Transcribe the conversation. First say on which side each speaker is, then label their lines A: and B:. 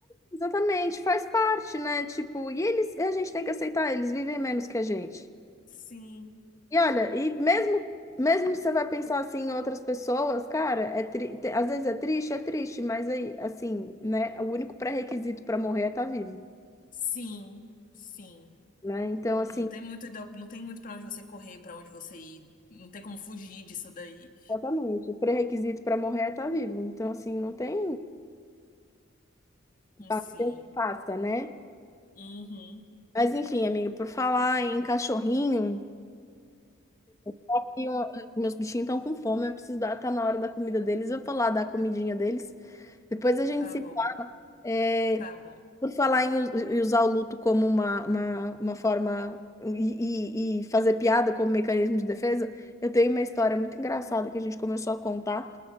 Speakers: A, on the left; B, on the left.
A: Exatamente, faz parte, né? Tipo, e eles, a gente tem que aceitar, eles vivem menos que a gente.
B: Sim,
A: E olha, e mesmo, mesmo você vai pensar assim em outras pessoas, cara, é tri- te- às vezes é triste, é triste, mas aí, assim, né? O único pré-requisito para morrer é estar vivo,
B: sim, sim.
A: né? Então, assim,
B: Não tem muito, da- não tem muito para onde você correr, para onde você ir. Não tem como fugir disso daí.
A: exatamente, o pré-requisito para morrer é estar vivo. Então, assim, não tem,
B: Hum,
A: pá,
B: Sim.
A: não tem o que faça, né?
B: Uhum.
A: Mas enfim, amiga, por falar em cachorrinho. Só um- meus bichinhos estão com fome, eu preciso dar, tá na hora da comida deles, eu vou lá dar a comidinha deles. Depois a gente
B: Tá
A: se.
B: bom,
A: é,
B: tá bom.
A: por falar em us- em usar o luto como uma, uma, uma forma e, e- e fazer piada como mecanismo de defesa, eu tenho uma história muito engraçada que a gente começou a contar,